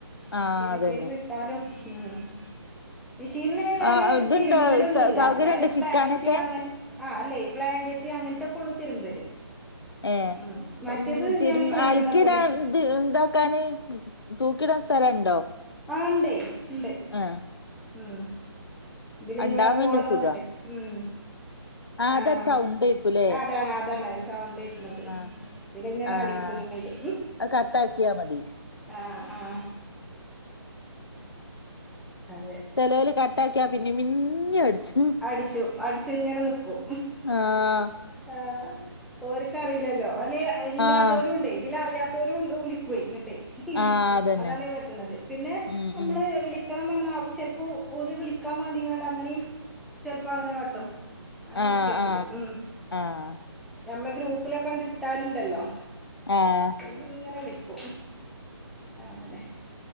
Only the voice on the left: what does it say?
ആഹ്
അതന്നെ
ആഹ് ഇതുണ്ടോ
സൗകര്യം
ഉണ്ടോ ചിക്കാനൊക്കെ
ഏഹ്
തിരു
അലക്കിടാൻ ഇത് എന്താക്കാന് തൂക്കീടാൻ സ്ഥലുണ്ടോ
ആഹ്
ഉണ്ടാവുമ്പോ
തന്നെ സുഖാ
അതൊരു
സൗണ്ട് കേക്കൂലേ
ആഹ്
ആഹ്
അത് കട്ടാക്കിയാ മതി
ചെലോര് കട്ടാക്കിയാ പിന്നേം പിന്നേം അടിച്ചും
ആഹ്
ആഹ്
ആഹ് അതന്നെ
ഉം
ഉം
ആഹ്
ആഹ്
ആഹ്
ആഹ്